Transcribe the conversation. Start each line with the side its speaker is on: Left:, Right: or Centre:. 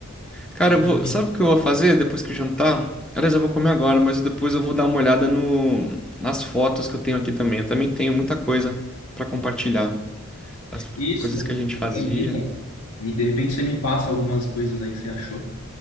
Centre: Cara,
Left: <laughs>
Centre: eu vou, sabe o que eu vou fazer depois que eu jantar? Aliás, eu vou comer agora, mas depois eu vou dar uma olhada no, nas fotos que eu tenho aqui também. Eu também tenho muita coisa pra compartilhar. As
Left: Isso,
Centre: coisas que a gente
Left: organiza.
Centre: fazia.
Left: E de repente você me passa algumas coisas aí que você achou.